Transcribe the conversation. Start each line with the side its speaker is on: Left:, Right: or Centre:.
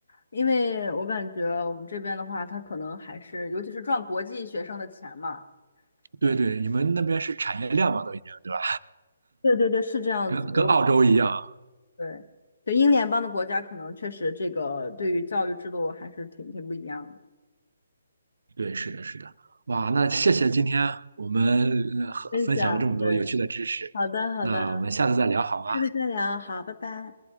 Left: 因为我感觉我们这边的话，他可能还是，尤其是赚国际学生的钱嘛。
Right: 对对，
Left: 对，
Right: 你们那边是产业链嘛，都已经对吧？
Left: 对对对，是这样子。
Right: 跟跟澳洲一样。
Left: 我对对，英联邦的国家可能确实这个对于教育制度还是挺挺不一样的。
Right: 对，是的，是的。哇，那谢谢今天我们呃分享了这么多有趣的知识，
Left: 分享，对，好的好的，
Right: 那我们下次再聊好吗？
Left: 下次再聊，好，拜拜。